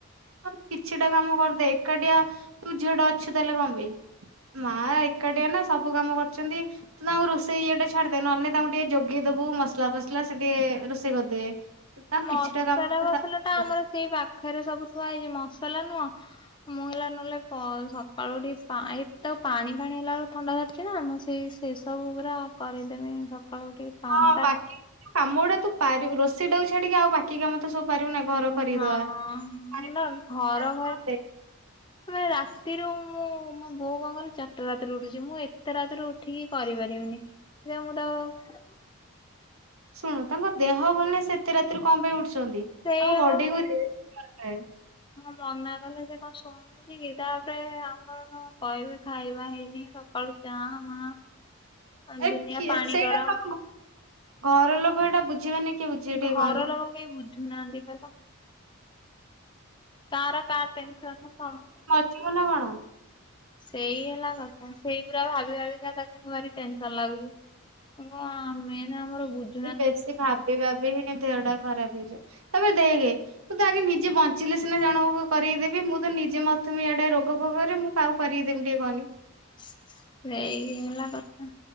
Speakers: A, on the right; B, on the left.
A: ହ କିଛିଟା କାମ କରିଦେ, ଏକାଟିଆ ତୁ ଝିଅ ଟା ଅଛୁ ତାହେଲେ କଣ ପାଇଁ। ମା ଏକାଟିଆ ନା ସବୁ କାମ କରୁଛନ୍ତି। ତୁ ତାଙ୍କୁ ରୋଷେଇ ଇଏଟା ଛାଡିଦେ। ନହେଲେ ନାଇଁ ତାଙ୍କୁ ଟିକେ ଜୋଗେଇଦବୁ ମସଲା ଫସଲା ସେ ଟିକେ ରୋଷେଇ କରିଦେବେ। ତାଙ୍କୁ
B: ମସଲା
A: କିଛିଟା କାମ ତ
B: ଫସଲା
A: ସାହାଯ୍ୟ
B: ଟା
A: କର।
B: ଆମର ସେଇ ପାଖରେ ସବୁ ଥୁଆ ହେଇଛି ମସଲା ନୁହଁ। ମୁଁ ହେଲା ନହେଲେ ପ ସକାଳୁ ଉଠିକି ପାଇପ ତ ପାଣି ଫାଣି ହେଲା ବେଳକୁ ଥଣ୍ଡା ଧରିଛି ନା ମୁଁ ସେଇ ସେ ସବୁ ପୁରା କରିଦେମି ସକାଳୁ ଉଠିକି। ପାଣିଟା
A: ହଁ ବାକି କାମ ଗୁଡା ତୁ ପାରି ରୋସେଇ ଟା ଛାଡିକି ଆଉ ବାକି କାମ ତ ସବୁ ପାରିବୁ ନା। ଘର ଖରିଦବା।
B: ହଁ
A: ଆରେ
B: ନା ଘର
A: ତାଙ୍କ
B: ଘରେ ମାନେ ରାତିରୁ ମୁଁ ମୋ ବୋଉ କଣ କରେ ଚାରିଟା ରାତିରୁ ଉଠୁଛି। ମୁଁ ଏତେ ରାତିରେ ଉଠୁ ଠିକି କରିପାରିବିନି। ଯେ ମୁଁ ତାକୁ
A: ଶୁଣୁ ତାଙ୍କ ଦେହ ଭଲ ନାହି ସେ ଏତେ ରାତିରେ କଣ ପାଇଁ ଉଠୁଛନ୍ତି।
B: ସେଇଆ
A: ଆଙ୍କ ବଡି
B: ବା ମୁଁ
A: କୁ ରେଷ୍ଟ ଦରକାର।
B: ହଁ ମନା କଲେ ସେ କଣ ଶୁଣ ଛି କି, ତାପରେ ଆମର କହିବି ଖାଇବା ହେଇନି ସକାଳୁ ଚା ମାହା ଅ
A: ଏ
B: ଦୁନିଆ
A: କିଏ
B: ପାଣି
A: ସେଇଟା
B: ଗରମ।
A: ତମ ଘର ଲୋକ ଏଇଟା ବୁଝିବେନି କିଏ ବୁଝିବେ
B: ଘର
A: ଟିକେ କହନି।
B: ଲୋକ କେହି ବୁଝୁନାହାନ୍ତି ବଲୋ। କାର କା ଟେନସନ ର ସମ୍
A: କୁ ନା କଣ।
B: ସେଇ ହେଲା କଥା। ସେଇ ପୁରା ଭାବି ଭାବିକା ତାକୁ ମୁଁ ଭାରି ଟେନସନ ଲାଗୁଛି। ଆ ମେନା ଆମର ବୁଝ୍
A: ସେ ବେଶୀ ଭାବି ଭାବି ହିଁ ଦେହ ଟା ଖରାପ ହେଇଯିବ। ତାପରେ ଦେଖେ ମୁଁ ତ ଆଗେ ନିଜେ ବଞ୍ଚିଲେ ସିନା ଜଣଙ୍କୁ କରିକି ଦେବି। ମୁଁ ତ ନିଜେ ମତେ ଇଆଡେ ରୋଗ ଫୋଗରେ ମୁଁ କାହାକୁ କରିକି ଦେମୀ ଟିକେ କହନି।
B: ସେଇ ହେଲା କଥା।